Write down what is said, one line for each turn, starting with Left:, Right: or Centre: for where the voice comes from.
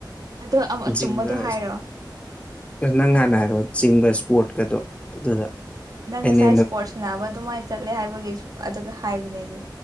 Right: ꯑꯗꯣ ꯑꯆꯨꯝꯕꯗꯣ
Left: ꯖꯤꯝꯒ
Right: ꯍꯥꯏꯔꯣꯑꯣ
Left: ꯅꯪ ꯍꯥꯟꯅ ꯍꯥꯏꯔꯣ ꯆꯤꯡꯕ ꯏꯁꯄꯣꯔꯠꯀꯗꯣ ꯑꯗꯨꯗ
Right: ꯅꯪ
Left: ꯑꯩꯅ
Right: ꯉꯁꯥꯏ ꯏꯁꯄꯣꯔꯠꯁ ꯁꯅꯕ ꯑꯗꯨꯃꯥꯏꯅ ꯆꯠꯂꯦ ꯍꯥꯏꯕꯒꯤ ꯑꯗꯨꯒ ꯍꯥꯏꯕꯅꯦ ꯑꯩꯗꯤ